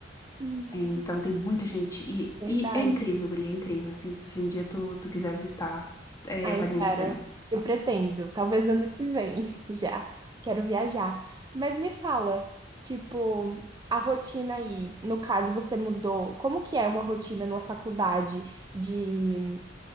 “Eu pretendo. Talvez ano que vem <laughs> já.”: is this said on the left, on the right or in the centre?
Right